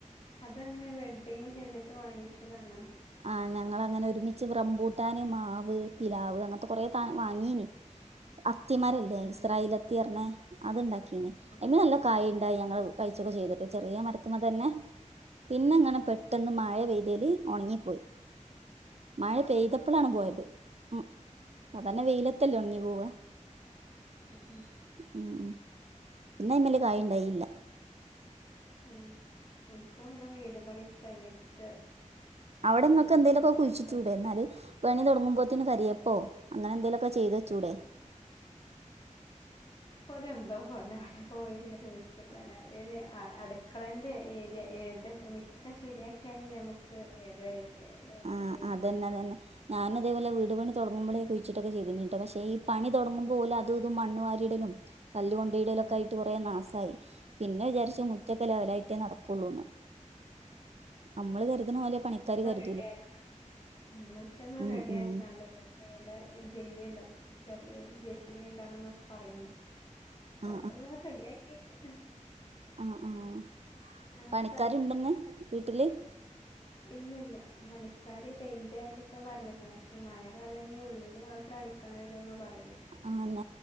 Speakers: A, on the left (about 40°); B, on the right (about 55°).
A: അതങ്ങനെ വെഡ്ഡിങ് ചെയ്തിട്ട് വാങ്ങിച്ചതാണ?
B: ആഹ് ഞങ്ങളങ്ങനെ ഒരുമിച്ച് റംബൂട്ടാാന് മാവ് പിലാവ് അങ്ങൻത്തെ കുറേ സാധനം വാങ്ങീനി. <inaudible> അത്തിമരല്ലേ
A: ഉം
B: ഇസ്രായേലത്തി പറഞ്ഞെ അത്ണ്ടാക്കീനി
A: ഉം
B: അയ്മെ നല്ല കായ ഇണ്ടായി ഞങ്ങള് കഴിച്ചൊക്കെ ചെയ്തിട്ടോ ചെറിയ മരത്ത്മ്മെ തന്നെ പിന്നെങ്ങനെ
A: ഉം
B: പെട്ടെന്ന് മഴ പെയ്തേൽ ഒണങ്ങി പോയി മഴ പെയ്തപ്പളാണ് പോയത്. ഉം സാധാരണ വെയിലത്തല്ലേ ഒണങ്ങി പോവ
A: ഉം ഉം
B: ഉം ഉം പിന്നെ അയ്മല് കായ്ണ്ടായില്ല.
A: ഉം ഇൻക്ക് അങ്ങനെ വീട് പണിയൊക്കെ കഴിഞ്ഞിട്ട്.
B: അവിടെ
A: കുഴിച്ചിടാനൊക്കെ
B: ങ്ങക്ക് എന്തേലൊക്കെ കുഴിച്ചിട്ടൂടെ ന്നാല് പണി തുടങ്ങുമ്പോക്ക് കരിയേപ്പോ അങ്ങനെ എന്തെങ്കില ക്കെ ചെയ്തു വെചൂടെ.
A: പ്പൊ ഒരു എന്തോ പോല അവിടെ പോയി ഇങ്ങനെ കുഴി ട്ടന്നെ ഇനി അടുക്കളന്റെ ഏരിയ ഏത് മിറ്റ ഒക്കെ ശരിയാക്കിയാലേ നമ്മ ക്ക് ഏത് ഏരിയേല്
B: ആഹ്
A: കുഴിച്ചിടണ്ടേ
B: അതന്നെതന്നെ ഞാന അതേപോലെവീട് പണി തുടങ്ങുമ്പോഴേ കുഴിച്ചിട്ടൊക്കെ ചെയ്തിട്ടിട്ട് പക്ഷേ ഈ പണി തുടങ്ങുമ്പോഓല് അതും ഇതും മണ്ണുവാരിയിടലും കല്ല് കൊണ്ടയിടലൊക്കെ
A: ഉം
B: ആയി ട്ട് കുറേ നാശായി പിന്നെ വിചാരിച്ച മുറ്റക്കെ ലെവലായിട്ടേ നടക്കുള്ളൂന്ന് നമ്മള് കരുതുന്ന പോലെ പണിക്കാാര് കരു
A: റെഡിയാക്കാന് ഉം മുറ്റൊന്നും
B: ഉം
A: റെഡി
B: ഉം
A: ആക്കാണ്ടല്ല് അവിടെ ജെല്ലിണ്ടാവും ചെറിയ ജെല്ലി ഇടണംന്ന പറയണ്ട് അപ്പൊ
B: ആ
A: അക്കന്ന് റെഡിയ ആക്കിട്ട്
B: ആഹ് ആഹ് പണിക്കാരുണ്ടന്ന്
A: ഒക്കെ
B: വീട്ടില്
A: ഇല്ലല്ല പണിക്കാര് പെയിന്റ് അടിക്കാൻ പറഞ്ഞിക്കണം പക്ഷെ മഴ കാരണം കഴിഞ്ഞ ഉള്ളില് മാത്രം അടിക്ക കളയില്ലൊന്നും പറയണേ
B: ആന്ന